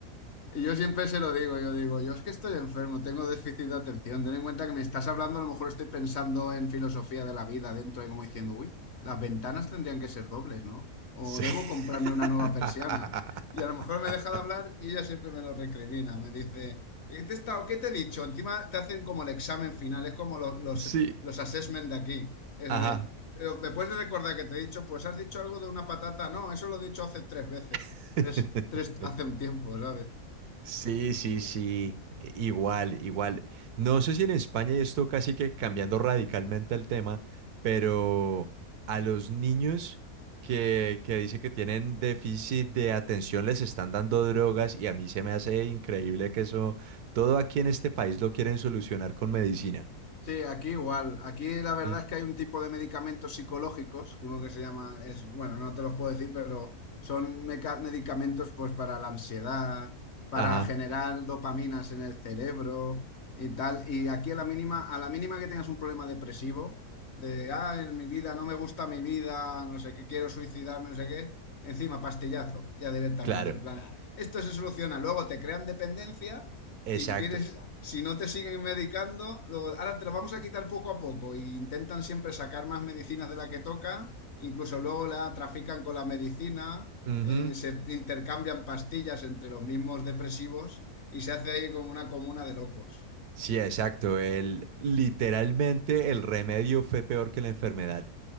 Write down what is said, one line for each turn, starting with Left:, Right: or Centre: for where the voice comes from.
Left: Y yo siempre se lo digo, yo digo, yo es que estoy enfermo, tengo déficit de atención. Ten en cuenta que me estás hablando, a lo mejor estoy pensando en filosofía de la vida dentro y como diciendo, uy, las ventanas tendrían que ser dobles, ¿no? O
Right: <laughs> Sí.
Left: debo
Right: <laughs>
Left: comprarme una nueva persiana. Y a lo mejor me deja de hablar y ella siempre me lo recrimina, me dice, ¿qué te he estado, qué te he dicho? Encima te hacen como el examen final, es como los, los,
Right: Sí,
Left: los assessment de aquí. Es
Right: ajá.
Left: de, pero me puedes recordar que te he dicho, pues has dicho algo de una patata, no, eso lo he dicho hace tres veces,
Right: <laughs>
Left: tres, tres, hace un tiempo, ¿sabes?
Right: Sí, sí, sí, i- igual, igual. No sé si en España y esto casi que cambiando radicalmente el tema, pero a los niños que, que dice que tienen déficit de atención les están dando drogas y a mí se me hace increíble que eso, todo aquí en este país lo quieren solucionar con medicina.
Left: Sí, aquí igual. Aquí la verdad
Right: Sí.
Left: es que hay un tipo de medicamentos psicológicos, uno que se llama, es, bueno, no te los puedo decir, pero son meca- medicamentos pues para la ansiedad, para
Right: Ajá,
Left: generar dopaminas en el cerebro y tal. Y aquí a la mínima, a la mínima que tengas un problema depresivo, de, ah, en mi vida, no me gusta mi vida, no sé qué, quiero suicidarme, no sé qué, encima pastillazo, ya directamente,
Right: claro.
Left: en plan, Claro. esto se soluciona. Luego te crean dependencia
Right: Exacto.
Left: y quieres si no te siguen medicando, luego, ahora te lo vamos a quitar poco a poco y intentan siempre sacar más medicinas de la que toca, incluso luego la trafican con la medicina,
Right: Ujú.
Left: eh, se intercambian pastillas entre los mismos depresivos y se hace ahí como una comuna de locos.
Right: Sí, exacto. El, literalmente el remedio fue peor que la enfermedad.